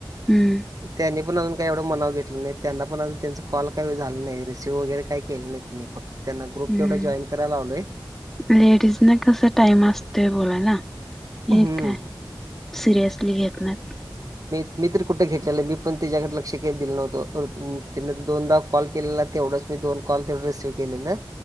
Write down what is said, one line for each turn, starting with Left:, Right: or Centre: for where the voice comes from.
Centre: हम्म
Right: त्यांनी पण अजून एवढं मनाव घेतलं नाही त्यांना पण अजून त्यांच कॉल काही झालं नाही रिसिव्ह वगैरे काही केलं नाही तिने फक्त त्यांना ग्रुप
Centre: हम्म
Right: तेवढा जॉईन करायला लावलोय
Centre: लेडीज न कसा टाइम असतोय बोला ना हे
Right: हम्म.
Centre: काय सिरियसली घेत नाइत
Right: मी, मी तर कुठं घेतलेलं आहे मी पण त्याच्याकडे लक्ष घेत दिलं नव्हतं त्यांं दोनदा कॉल केलेला तेवढाच मी दोन कॉल तेवढ रिसीव केलेलं